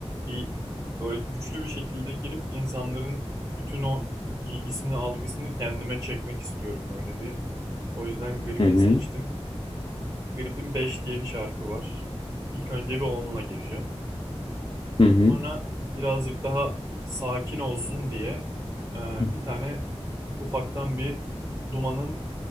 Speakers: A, on the right; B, on the left.
A: bir böyle güçlü bir şekilde girip insanların bütün o ilgisini, algısını kendime çekmek istiyorum böyle bir. O yüzden Gripin
B: Hı hı.
A: seçtim. Grip'in 5 diye bir şarkı var. İlk önce bir onunla gireceğim.
B: Hı hı.
A: Sonra birazcık daha sakin olsun diye e,
B: <clears throat>
A: bir tane ufaktan bir Duman'ın